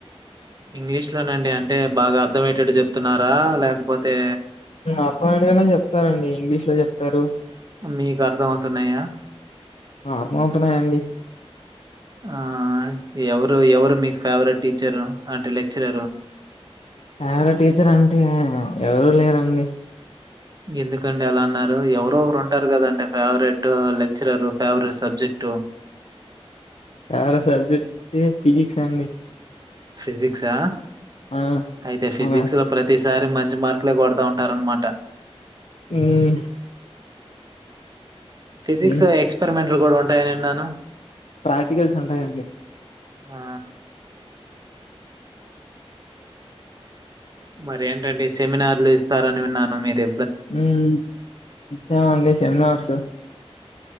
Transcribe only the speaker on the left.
అప్ప నాటిగానే చెప్తారంండి ఇంగ్లీష్ లో చెప్తారు
అర్థమవుతున్నాయండి
ఫేవరెట్ టీచర్ అంటే ఎవరూ లేరండి
favourite subject physics అండి
ఆ
మన
ఉమ్
ఉమ్
ప్రాక్టికల్స్ ఉంటాయా అండి
ఉమ్ ఇత్తామండి సెమినార్సు